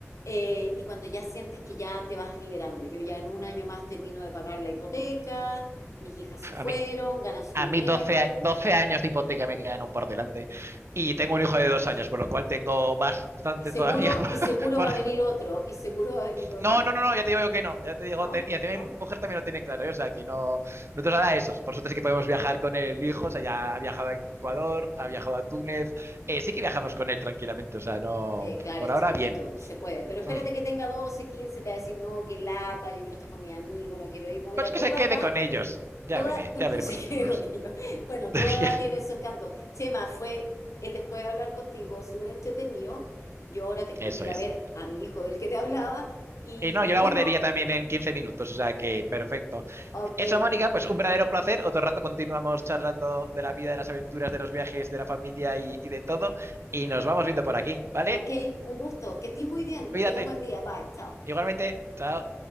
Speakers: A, on the left; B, on the right.
A: Eh, y cuando ya sientes que ya te vas liberando, yo ya en un año más termino de pagar la hipoteca, mis hijas
B: pf,
A: se fueron,
B: a mí,
A: ganan su
B: a
A: dinero,
B: mí doce, a- 12 años de hipoteca me quedan aún por delante y tengo un hijo de
A: Dios.
B: dos años, por lo cual tengo bastante
A: Y seguro,
B: todavía <laughs>
A: y seguro
B: por...
A: va a venir otro, y seguro va a venir otro,
B: No, no, no, no, ya te digo yo que no, ya te digo,
A: ¿no?
B: te- y encima
A: ¿No?
B: mi mujer también lo tiene claro, ¿eh? O sea, que no, no te os hará esos. Por suerte sí que podemos viajar con el hijo, o sea, ya ha viajado a Ecuador, ha viajado a Túnez, eh, sí que viajamos con él tranquilamente, o sea, no,
A: Sí, claro,
B: por
A: es
B: ahora
A: chiquitito,
B: bien.
A: se puede, pero espérate
B: Hmm.
A: que tenga 12 15 te va a decir, no, qué lata, yo quiero estar con mi amigo, no quiero ir, no, mira,
B: Pues
A: a
B: que
A: toda
B: se quede
A: edad
B: con ellos, ya
A: Toda,
B: veré,
A: <laughs>
B: ya
A: pues
B: veremos
A: se quede
B: qué hacemos.
A: con ello. Bueno, toda
B: <laughs>
A: edad tiene su encanto. Chema, fue el después de hablar contigo, súper entretenido. Yo ahora tengo
B: Eso
A: que ir
B: es.
A: a ver a mi hijo del que te hablaba. Y,
B: Y no,
A: y
B: yo
A: bueno,
B: la guardaría también en 15 minutos, o sea que perfecto.
A: ok,
B: Eso, Mónica, pues un verdadero placer. Otro rato continuamos charlando de la vida, de las aventuras, de los viajes, de la familia y, y de todo. Y nos vamos viendo por aquí, ¿vale?
A: ok, un gusto. Que estés muy bien,
B: Cuídate.
A: que tengas buen día. Bye, chao.
B: Igualmente, chao.